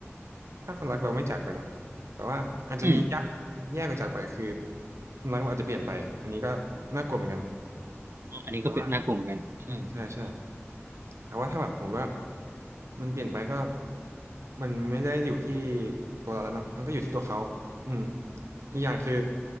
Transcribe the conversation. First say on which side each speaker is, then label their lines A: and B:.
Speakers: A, on the right (about 80°); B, on the right (about 60°).
A: ถ้าคนรักเราไม่จากไปเนาะแต่ว่าอาจจะมียะ
B: อืม
A: แย่กว่าจากไปคือคนรักเราอาจจะเปลี่ยนไปอันนี้ก็น่ากลัวเหมือนกัน
B: อ๋ออันนี้ก็เป็นน่ากลัวเหมือนกันใช่
A: แต่ว่าอืมใช่ใช่ แต่ว่าถ้าแบบสมมติว่ามันเปลี่ยนไปก็มันไม่ได้อยู่ที่ตัวเราแล้วเนาะมันก็อยู่ที่ตัวเขาอืมอีกอย่างคือ
B: อืม